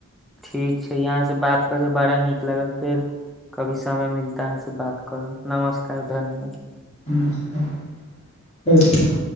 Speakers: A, in the centre; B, on the left (about 30°).
A: ठीक छै, एतऽसँ बात कऽके बड़ा नीक लागल फेर। कहियो समय भेटत तऽ अहाँसँ बात करब। नमस्कार, धन्यवाद।
B: नस्कार, ठीक छै।